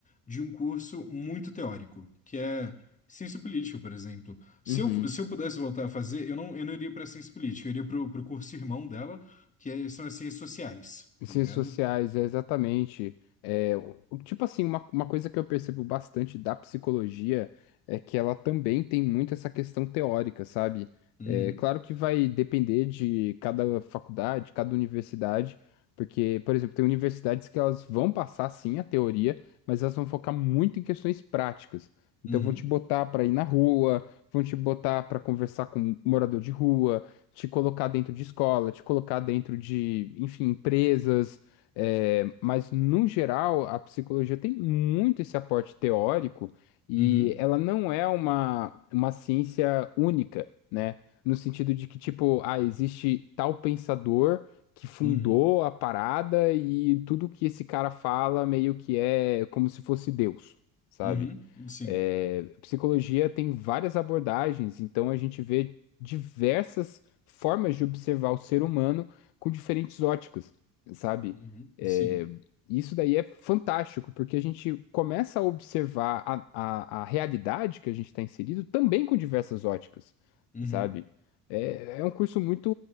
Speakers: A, on the left; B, on the left.
A: de um curso muito teórico, que é ciência política, por exemplo. Se
B: Uhum.
A: eu, se eu pudesse voltar a fazer, eu não, eu não iria para ciência política, eu iria para o curso irmão dela, que é- são as ciências sociais, tá
B: Ciências
A: ligado?
B: sociais, é exatamente. É, o- o- tipo assim, uma, uma coisa que eu percebo bastante da psicologia é que ela também tem muito essa questão teórica, sabe?
A: Uhum,
B: É, claro que vai depender de cada faculdade, cada universidade, porque, por exemplo, tem universidades que elas vão passar sim a teoria, mas elas vão focar muito em questões práticas. Então
A: uhum,
B: vão te botar para ir na rua, vão te botar para conversar com um morador de rua, te colocar dentro de escola, te colocar dentro de, enfim, empresas. É, mas, no geral, a psicologia tem muito esse aporte teórico e
A: uhum,
B: ela não é uma, uma ciência única, né? No sentido de que, tipo, ah, existe tal pensador que fundou
A: uhum,
B: a parada e tudo que esse cara fala meio que é como se fosse Deus, sabe?
A: uhum, sim,
B: É, psicologia tem várias abordagens, então a gente vê diversas formas de observar o ser humano com diferentes óticas, sabe?
A: uhum,
B: É,
A: sim,
B: isso daí é fantástico, porque a gente começa a observar a, a, a realidade que a gente está inserido também com diversas óticas,
A: uhum.
B: sabe? É, é um curso muito